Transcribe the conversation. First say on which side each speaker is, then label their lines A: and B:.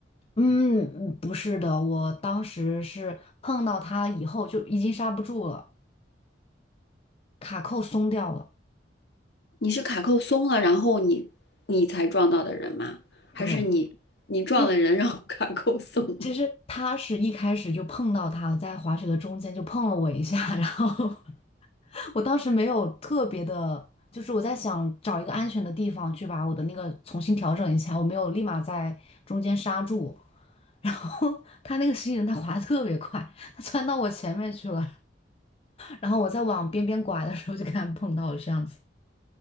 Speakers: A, on the left (about 35°); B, on the left (about 65°).
A: 嗯，嗯不是的，我当时是碰到他以后就已经刹不住了，卡扣松掉了。
B: 你是卡扣松了，然后你你才撞到的人吗？还是你你撞了人，
A: 对，因为
B: 然后卡扣松了？
A: 其实他是一开始就碰到他了，在滑雪的中间就碰了我一下，<laughs> 然后我当时没有特别的，就是我在想找一个安全的地方去把我的那个重新调整一下，我没有立马在中间刹住，然后他那个新人他滑得特别快，他窜到我前面去了，然后我在往边边拐的时候就跟他碰到了这样子。